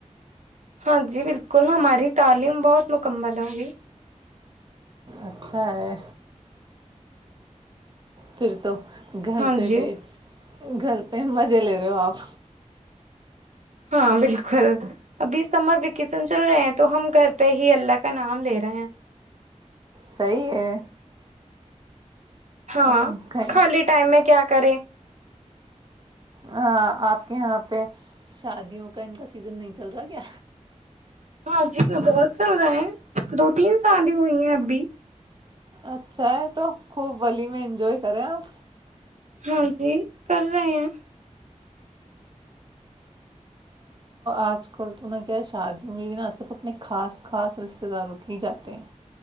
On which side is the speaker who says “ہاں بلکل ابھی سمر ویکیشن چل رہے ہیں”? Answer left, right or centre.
Right